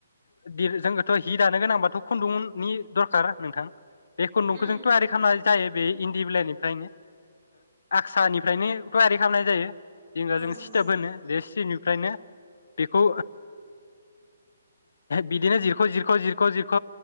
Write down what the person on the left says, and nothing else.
जोंङोथ हि दानो गोनांबाथ खुन्दुंनि दरखार नोंथां बे खुन्दुंखौ
जों थयारि खामनाय जायो बे इन्दि बिलाइनिफ्रायनो आक्सानिफ्रायनो थयारि खामनाय जायो जेनेबा
जों
सिथोब होनो बे सिनिफ्रायनो बेखौ बिदिनो जिरख जिरख जिरख जिरख